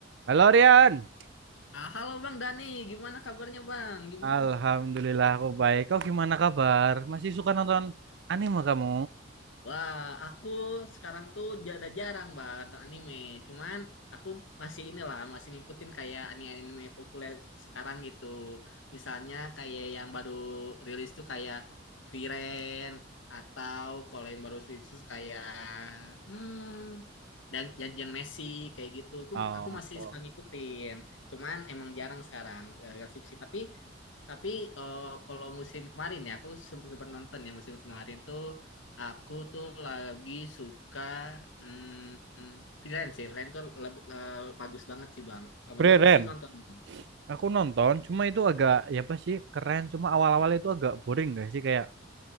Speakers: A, on the right (about 65°); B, on the left (about 80°).
A: Halo Rian,
B: Ah, halo Bang Dani, gimana kabarnya Bang? Gimana?
A: Alhamdulillah aku baik. Kau gimana kabar? Masih suka nonton anime kamu?
B: Wah, aku sekarang tuh jada jarang Bang nonton anime. Cuman aku masih inilah, masih ngikutin kayak anime-anime populer sekarang gitu. Misalnya kayak yang baru rilis tuh kayak Frieren atau kalau yang baru rilis tuh kayak hmm, dan janjian Messi kayak gitu. tuh
A: Oh,
B: aku masih suka ngikutin. Cuman emang jarang sekarang eh, skripsi. Tapi Tapi eh, kalau musim kemarin ya, aku sempat sempat nonton ya musim kemarin tuh aku tuh lagi suka hmm, freelance sih. Freelance tuh lebih, eh, bagus banget sih Bang. Kamu
A: keren.
B: juga pasti nonton Bang.
A: Aku nonton, cuma itu agak ya apa sih keren. Cuma awal-awal itu agak boring gak sih kayak